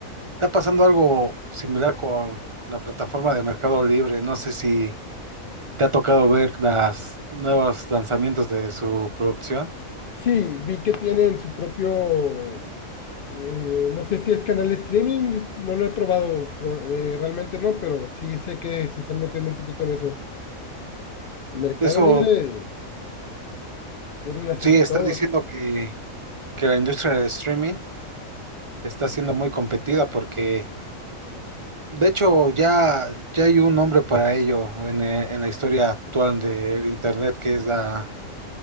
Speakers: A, on the right; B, on the left.
A: está pasando algo similar con la plataforma de Mercado Libre. No sé si te ha tocado ver las nuevos lanzamientos de su producción.
B: Sí, vi que tienen su propio, eh, no sé si es canal de streaming, no lo he probado, pro- eh, realmente no, pero sí sé que se están metiendo un poquito en eso. Mercado
A: Eso
B: Libre, quieren hacer
A: sí,
B: de
A: está
B: todo.
A: diciendo que, que la industria del streaming está siendo muy competida porque, de hecho, ya, ya hay un nombre para ello en, eh, en la historia actual del Internet que es la...